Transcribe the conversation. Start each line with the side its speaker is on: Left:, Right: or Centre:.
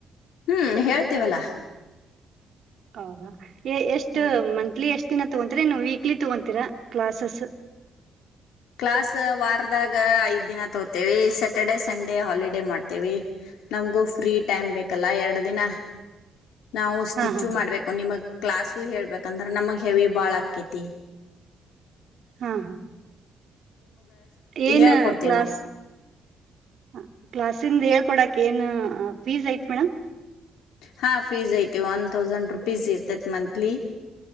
Left: ಹ್ಮ್ ಹೇಳ್ತೇವಲ್ಲಾ
Right: ಹೌದಾ ಎಷ್ಟು
Left: ಹ
Right: ಮಂತ್ಲಿ ಎಷ್ಟು ದಿನ ತಗೊಂತ್ರ ನೀ ವೀಕ್ಲಿ ತಗೊಂತೀರಾ ಕ್ಲಾಸಸ್
Left: ಕ್ಲಾಸ್ ವಾರದಾಗ ಐದ್ ದಿನ ತೋತೇವಿ ಸ್ಯಾಟರ್ಡೆ ಸಂಡೇ ಹಾಲಿಡೇ ಮಾಡ್ತೇವಿ ನಮ್ಗು ಫ್ರೀ ಟೈಮ್ ಬೇಕಲ್ಲ ಎರಡು ದಿನ ಹ ನಾವು ಸ್ಟಿಚ್ಚು
Right: ಹಾ ಹಾ
Left: ಮಾಡ್ಬೇಕು ನಿಮಗ್ ಕ್ಲಾಸು ಹೇಳ್ಬೇಕಂದ್ರ ನಮಗ್ ಹೆವಿ ಬಾಳ್ ಆಕೇತಿ
Right: ಹಾ ಹಾ ಏನ್
Left: ಹೇಳ್ಕೊಡ್ತೇವಿ
Right: ಕ್ಲಾಸ್
Left: ನಾವ್
Right: ಹಾ ಕ್ಲಾಸ್ ಹೇಳ್ಕೊಡಕ್ ಏನ್ ಫೀಸ್ ಐತ್ ಮೇಡಮ್
Left: ಹಾ ಫೀಸ್ ಐತೆ ಓನ್ ಥೌಸಂಡಂಡ ರೂಪೀಸ್ ಇರ್ತತಿ ಮಂತ್ಲಿ